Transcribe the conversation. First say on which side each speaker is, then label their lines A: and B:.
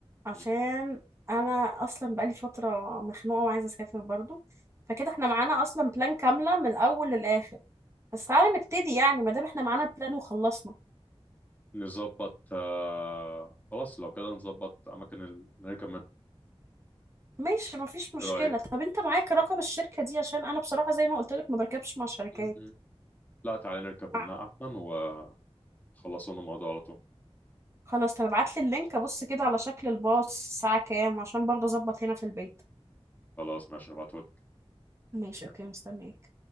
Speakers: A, on the right; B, on the left.
A: عشان
B: مم.
A: انا اصلا بقالي فترة مخنوقة وعايزة اسافر برضو فكده احنا معانا اصلا بلان كاملة من الاول للاخر بس تعالى نبتدي يعني ما دام احنا معانا بلان وخلصنا
B: نظبط آه... خلاص لو كده نظبط اماكن اللي نركب منها
A: ماشي مفيش مشكلة
B: ايه رايك
A: طب انت معاك رقم الشركة دي عشان انا بصراحة زي ما قلت لك ما بركبش مع شركات
B: مم. لا تعالى نركب
A: مع-
B: منها احسن ونخلصوا لنا الموضوع على طول
A: خلاص طب ابعت لي اللينك ابص كده على شكل الباص الساعة كام عشان برضه اظبط هنا في البيت
B: خلاص ماشي ابعتهولي
A: ماشي اوكي مستنيك